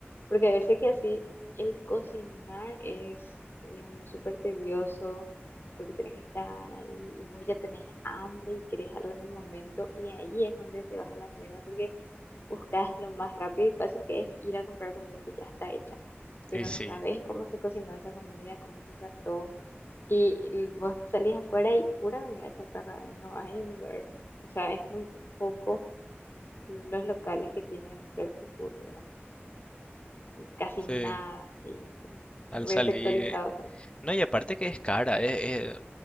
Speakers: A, on the left; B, on the left.
A: Porque a veces que así el cocinar es, Dios mío, súper tedioso, porque tenés que estar ahí y vos ya tenés hambre y querés algo en el momento y ahí es donde te vas a la mierda porque buscas lo más rápido y fácil que es ir a comprar comida que ya está hecha, pero
B: Y sí,
A: no sabes cómo se cocinó esa comida, cómo se trató y l- vos salís afuera y pura comida chatarra y no hay un lugar, o sea, es muy poco los locales que tienen healthy food, ¿verdad? casi
B: sí,
A: nada y, y
B: al
A: resectorizado
B: salir...
A: también.
B: No, y aparte que es cara, es, es-